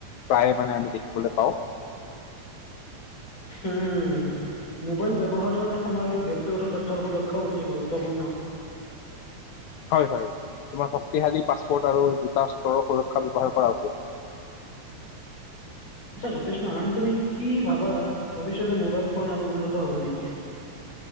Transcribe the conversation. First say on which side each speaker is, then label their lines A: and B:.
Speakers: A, on the left (about 80°); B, on the left (about 40°).
A: প্ৰায়ে মানে আমি দেখিবলৈ পাও।
B: উম' মোবাইল ব্যৱহাৰৰ সময়ত ব্যক্তিগত তথ্যৰ সুৰক্ষাও অতি গুৰুত্বপূৰ্ণ।
A: হয়-হয়, তোমাৰ শক্তিসালী পাছপাৰ্ট আৰু দুটাস্তৰৰ সুৰক্ষা ব্যৱহাৰ কৰা উচিত।
B: আচ্ছা, জতিষ্মান তুমি কি ভাবা, ভৱিষ্যতে মোবাইল ফোন আৰু উন্নত হব নেকি?